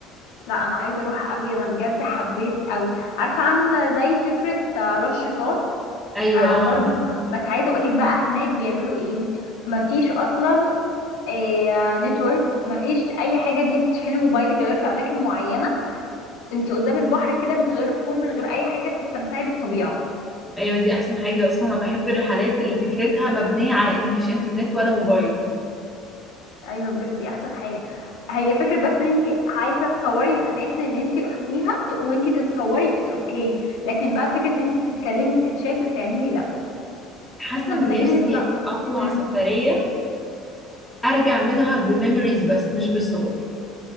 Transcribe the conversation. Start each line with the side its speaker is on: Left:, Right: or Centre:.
Left: لا انا عايزة اروح قوي انا بجد حبيت قوي عارفة عاملة زي فكرة آه، راس شيطان
Centre: ايوه
Left: آه
Centre: اه
Left: برضو بس عايزة اقولك بقى هناك بيعملوا ايه مفيش اصلا آه نتورك مفيش اي حاجة ان انتي تشحني موبايلك غير في اماكن معينة انتي قدام البحر كده من غير فون من غير اي حاجة بتستمتعي بالطبيعة
Centre: ايوه دي احسن حاجة اصلا انا بحب الرحلات اللي فكرتها مبنية على ان مفيش انترنت ولا موبايل
Left: ايوه بجد دي احسن حاجه هي فكره بس ان انت عايزه تصوري الاماكن اللي انت روحتيها ت- وانت تتصوري اتس اوكي لكن بقى فكره ان انت تتكلمي وتتشاتي وتعملي لا
Centre: حاسة
Left: احنا
Centre: اني
Left: محتاجين
Centre: نفسي
Left: نطلع
Centre: اطلع
Left: امم
Centre: سفرية ارجع منها بميموريز بس مش بصور